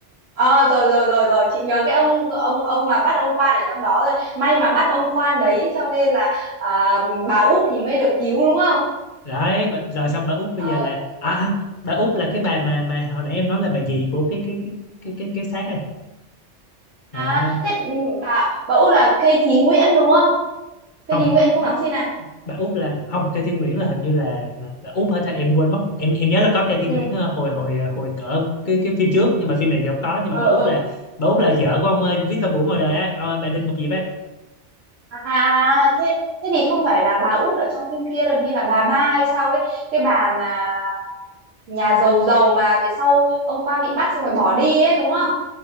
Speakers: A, on the right; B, on the left.
A: Ờ rồi rồi rồi rồi, chị nhớ cái ông ông ông mà bắt ông quan ở trong đó rồi. May mà bắt ông quan đấy cho nên là à, bà Út thì mới được cứu đúng không?
B: Đấy, bà- rồi xong bà Út bây
A: Ờ,
B: giờ là à à, bà Út là cái bà mà mà hồi nãy em nói là bà gì của cái cái cái cái cái, cái xác này. À
A: à thế ừ, bà bà Út là Cây Thí Nguyễn đúng không? Cây
B: không,
A: Thí Nguyễn
B: bà, Út-
A: cũng đóng phim này.
B: bà Út là không, cây Thiên Nguyễn là hình như là là, là Út hết á, em quên mất. Em em nhớ là có cây Thiên
A: Ừ.
B: Nguyễn ờ, hồi hồi ờ, hồi cỡ cái cái phim trước nhưng mà phim này thì không có nhưng
A: Ờ
B: mà bà
A: ờ.
B: Út là bà Út là vợ của ông ờ, Victor Vũ ngoài đời á, ông, bà Đinh Ngọc Diệp á.
A: À, à, thế thế thì không phải là bà Út ở trong phim kia rồi, như là bà Ba hay sao ấy, cái bà mà nhà giàu giàu mà về sau ông Quan bị bắt xong rồi bỏ đi ấy đúng không?